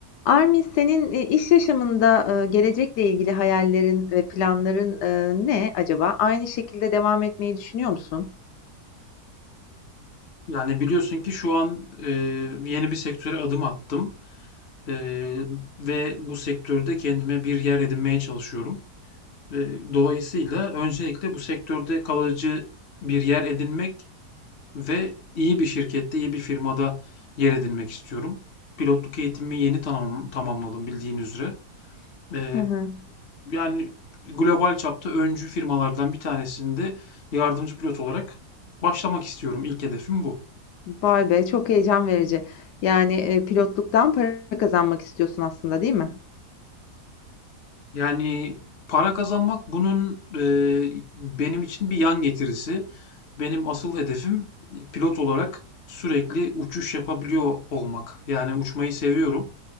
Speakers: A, on the left; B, on the left.
A: Armi, senin, eee, iş yaşamında, eee, gelecekle ilgili hayallerin ve planların, eee, ne acaba? Aynı şekilde devam etmeyi düşünüyor musun?
B: Yani biliyorsun ki şu an e, yeni bir sektöre adım attım E, ve bu sektörde kendime bir yer edinmeye çalışıyorum. E, dolayısıyla öncelikle bu sektörde kalıcı bir yer edinmek ve iyi bir şirkette, iyi bir firmada yer edinmek istiyorum. Pilotluk eğitimimi yeni tamam- tamamladım bildiğin üzere. E,
A: Hı hı.
B: yani global çapta öncü firmalardan bir tanesinde yardımcı pilot olarak başlamak istiyorum. İlk hedefim bu.
A: Vay be, çok heyecan verici. Yani, eee, pilotluktan para kazanmak istiyorsun aslında, değil mi?
B: Yani para kazanmak bunun eee, benim için bir yan getirisi. Benim asıl hedefim e, pilot olarak sürekli uçuş yapabiliyor olmak. Yani uçmayı seviyorum.